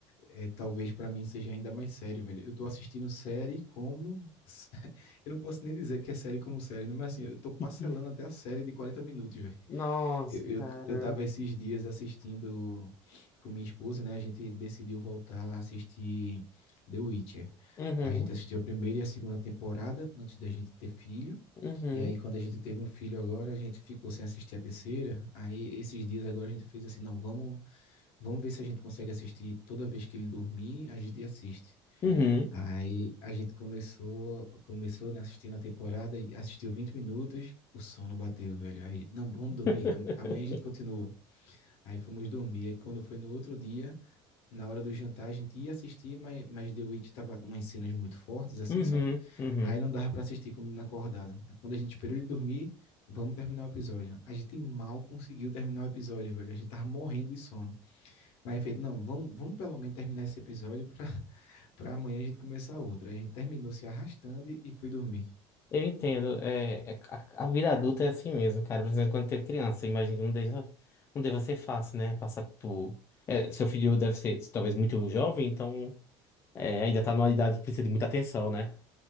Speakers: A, on the left; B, on the left.
A: é, é, talvez pra mim seja ainda mais sério, velho. Eu tô assistindo série como. <laughs> Eu não posso nem dizer que é série como série, né? Mas assim, eu tô parcelando
B: <laughs>
A: até a série de 40 minutos, velho.
B: Nossa,
A: Eu,
B: cara.
A: eu, eu tava esses dias assistindo com minha esposa, né? A gente decidiu voltar a assistir The Witcher.
B: Uhum,
A: A gente assistiu a primeira e a segunda temporada antes da gente ter filho.
B: uhum,
A: E aí, quando a gente teve um filho agora, a gente ficou sem assistir a terceira. Aí, esses dias agora, a gente fez assim: não, vamos, vamos ver se a gente consegue assistir toda vez que ele dormir, a gente assiste.
B: uhum,
A: Aí a gente começou, começou né, assistindo a temporada e assistiu 20 minutos, o sono bateu, velho. Aí, não, vamos dormir,
B: <laughs>
A: am- amanhã a gente continua. Aí fomos dormir. Aí quando foi no outro dia, na hora do jantar, a gente ia assistir, mas, mas The Witch tava umas cenas muito fortes, assim,
B: uhum,
A: sabe?
B: uhum.
A: Aí não dava pra assistir com o menino acordado. Aí quando a gente esperou ele dormir, vamos terminar o episódio. A gente mal conseguiu terminar o episódio, velho. A gente tava morrendo de sono. Mas feito, não, vamos, vamos pelo menos terminar esse episódio pra, para amanhã a gente começar outra. A gente terminou se arrastando e, e foi dormir.
B: Eu entendo. É, é- a, a vida adulta é assim mesmo, cara. Principalmente quando tem criança. Eu imagino que não deva, não deva ser fácil, né? Passar por. É, seu filho deve ser talvez muito jovem, então é, ainda tá numa idade que precisa de muita atenção, né?